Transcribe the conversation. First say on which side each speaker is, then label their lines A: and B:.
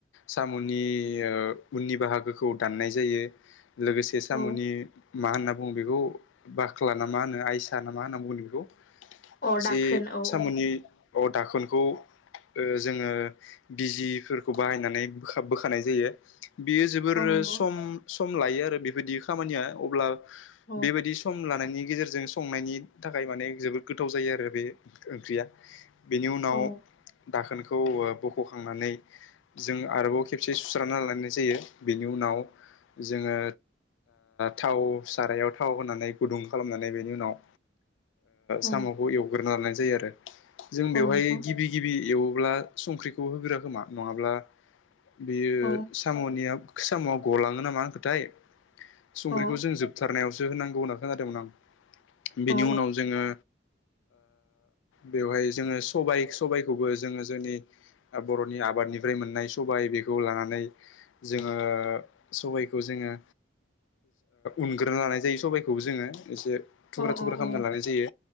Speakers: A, on the left; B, on the left.
A: साम'नि उननि बाहागोखौ दाननाय जायो। लोगोसे साम'नि
B: औ
A: मा होनना बुङो बेखौ बाख्ल ना मा होनो आइस ना मा होनना बुङो बेखौ
B: औ
A: जे
B: दाखोन औ
A: सामनि
B: औ
A: अ दाखोनखौ ओ जोङो बिजिफोरखौ बाहायनानै बोखानाय जायो बियो जोबोर
B: औ नंगौ
A: सम लायो आरो बेबायदि खामानिया अब्ला
B: औ
A: बेबायदि सम ला नि गेजेरजों संनायनि थाखाय माने जोबोद गोथाव जायो आरो बे ओंख्रिया बेनि उनाव
B: औ
A: दाखोनखौ बख'खांनानै जों आरोबाव खेबसे सुस्रना लानाय जायो बेनि उनाव जोङो थाव सारायाव थाव होनानै गुदुं खालामनानै बेनि उनाव
B: औ
A: साम'खौ एवग्रोनो लानाय जायो आरो जों
B: औ
A: बेवहाय
B: नोंथां
A: गिबि गिबि एव अब्ला संख्रिखौ होगोरो खानानगो नङाब्ला बेयो
B: औ
A: साम'नि सामवा गलाङो नामा होन खोथाय संख्रिखौ
B: औ
A: जों जोबथारनायाव होनांगौ होनना खोनादोंमोन आं बेनि
B: औ
A: उनाव जोङो बेवहाय जोङो सबाय सबायखौबो जोङो जोंनि बर'नि आबादनिफ्राय मोननाय सबाय बेखौ लानानै जोङो सबायाइखौ जोङो उनग्रोनो लानाय जायो सबाइखौबो जोङो एसे थुख्रा
B: औ
A: थुख्रा
B: औ
A: खालामामना
B: औ
A: लानाय जायो